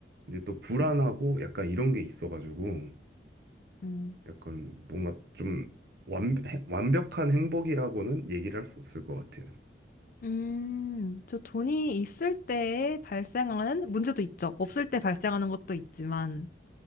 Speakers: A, on the right (about 60°); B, on the left (about 50°).
A: 이제 또 불안하고
B: 네.
A: 약간 이런 게 있어가지고
B: 음,
A: 약간 뭔가 좀 완, 완벽한 행복이라고는 얘기를 할 수 없을 것 같아요.
B: 음, 저 돈이 있을 때 발생하는 문제도 있죠. 없을 때 발생하는 것도 있지만,